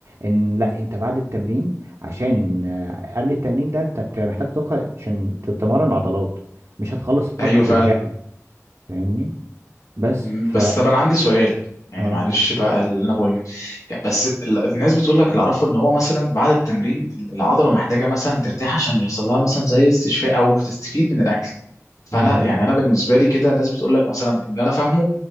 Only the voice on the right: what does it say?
ان لا انت بعد التمرين عشان آه، قبل التمرين ده انت بتبقى محتاج طاقة عشان تتمرن عضلات مش هتخلص الطاقة
في
الجري فاهمني بس
ف
اه
جميل